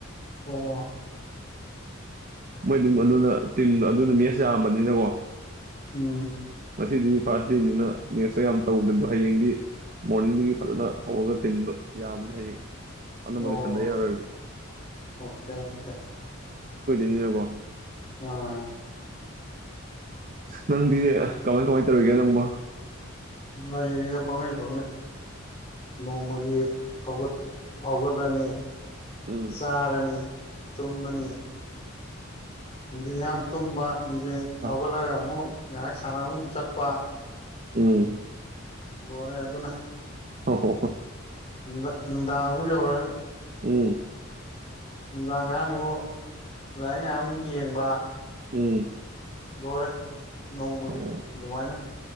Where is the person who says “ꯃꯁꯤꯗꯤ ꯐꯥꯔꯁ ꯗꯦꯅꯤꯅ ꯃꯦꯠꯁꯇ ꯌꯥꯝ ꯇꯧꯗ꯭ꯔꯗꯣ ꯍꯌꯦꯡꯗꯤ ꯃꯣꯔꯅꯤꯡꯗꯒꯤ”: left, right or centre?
Right